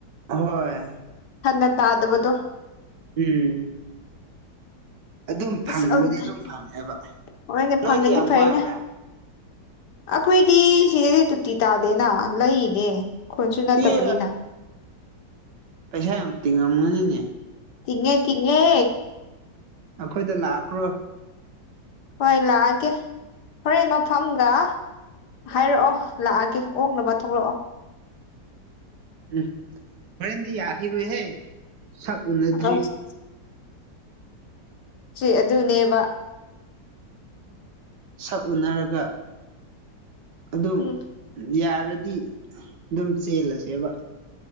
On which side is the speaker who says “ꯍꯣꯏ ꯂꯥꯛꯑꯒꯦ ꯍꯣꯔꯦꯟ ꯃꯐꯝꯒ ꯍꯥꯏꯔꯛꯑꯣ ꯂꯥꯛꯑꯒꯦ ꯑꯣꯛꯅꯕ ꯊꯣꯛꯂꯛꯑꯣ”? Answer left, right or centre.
Left